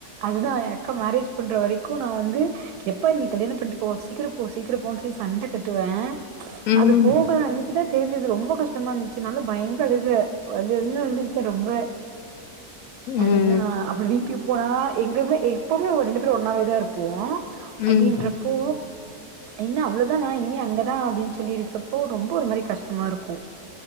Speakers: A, on the right (about 85°); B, on the left (about 70°).
A: அதுதா எ அக்கா மேரேஜ் பண்ற வரைக்கு நா வந்து எப்போ நீ கல்யாண பண்ணிட்டு போவ சீக்கிரம்போ சீக்கிரம்போன்னு சொல்லி சண்ட கட்டுவே
B: ம்
A: அது போகுற அன்னைக்கி தா தெரிஞ்சுது ரொம்ப கஷ் கஷ்டமா இருந்துச்சுனால பயங்கர அழுக வந்து வந்து அழுதுட்ருந்தே ரொம்ப அதுதா
B: ம்
A: அப்டி வீட்டுக்கு போனா எங்கமே எப்போமே ரெண்டு பேரு ஒண்ணாவேதா இருப்போ அப்டின்றப்போ
B: ம்
A: என்ன அவ்ளோதானா இனிமே அங்கதா அப்டின்னு சொல்லிருக்கப்போ ரொம்ப ஒரு மாரி கஷ்டமா இருக்கு